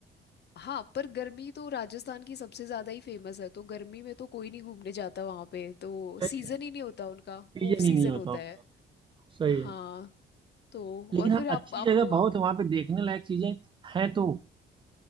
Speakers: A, on the left (about 55°); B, on the right (about 25°).
A: हाँ पर गर्मी तो राजस्थान की सबसे ज़्यादा ही फेमस है तो गर्मी में तो कोई नहीं घूमने जाता वहाँ पे तो
B: सही
A: सीज़न
B: है
A: ही नहीं होता उनका
B: सीजन
A: ऑफ सीज़न
B: ही नहीं होता
A: होता
B: उनका
A: है
B: सही
A: हाँ
B: है
A: तो
B: लेकिन
A: और फिर
B: हाँ
A: आप
B: अच्छी
A: आपको
B: जगह बहुत है वहां पे देखने लायक चीजें हैं तो